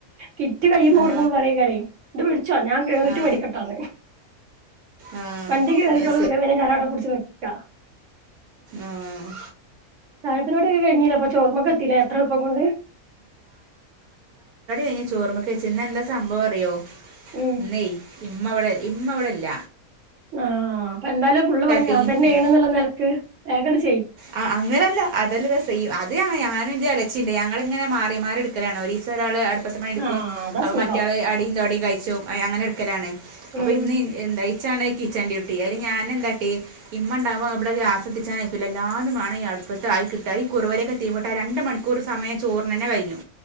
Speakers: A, on the right (about 60°); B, on the right (about 85°).
A: കിറ്റ് കയ്യിമ്മേ
B: ആ
A: കൊടുക്കുമ്പോ പറേകരെയ് ഇത് വിടിച്ചോ ഞാൻ കേറീട്ട്
B: ആ
A: വെടിക്കട്ടാന്ന്.
B: ആ
A: വണ്ടിക്ക് കേയറിയിട്ടോള്
B: അത്
A: <inaudible> ഞാനവടെ പിടിച്ചുനിക്കാം
B: ആഹ്
A: ചായപ്പരിപാടിയൊക്കെ കഴിഞ്ഞിലേ അപ്പൊ ചോർമ്മക്കെത്തിലേ ഇത്ര എളുപ്പം കൊണ്ട്
B: എയ് ചോർമ്മ ചേച്ചി ന്നെന്താ സംഭവം അറിയോ
A: ഉം
B: ന്നേയ് ഇമ്മവിടെ ഇമ്മ ഇവടെല്ല
A: ആആആഹ് അപ്പൊ എന്തായാലും ഫുള്ള് പണി
B: ടീ
A: ഞാൻ തന്നേണ്ന്ന്ള്ള നിലക്ക് വേഗങ്ങട്ട് ചെ
B: ആ അങ്ങനല്ല അതല്ല രസയ് അത് ഞാനൻ ഞാനെന്റെ എളേ ച്ചിണ്ട് ഞങ്ങിങ്ങനെ മാറി മാറി ഇടുക്കലാണ്. ഒരീസം ഒരാള് അടുപ്പത്ത് പണിട്ക്കും
A: ആഹ് അതാ
B: അപ്പൊ
A: സുഖം
B: മറ്റാള് അടീം തൊടീം കയി ച്ചും. അ അങ്ങനെ എടുക്കലാണ്. അപ്പൊ
A: ഉം
B: ഇന്ന് എന്താ ഇച്ചാണ് കിച്ചൻ ഡ്യൂട്ടി. അതിന് ഞാൻ എന്താട്ടീ ഇമ്മ ഇണ്ടാവോ അവിടെ ഗ്യാസതിച്ചാൻ അയക്കുലല്ല് എല്ലാതും മാണം ഈ അടുപ്പത്ത് ആയി കിട്ടാൻ. ഈ കുറവരിഒക്കെ തീമട്ടാ രണ്ട് മണിക്കൂർ സമയം ചോറിനെന്നെ കഴിഞ്ഞു.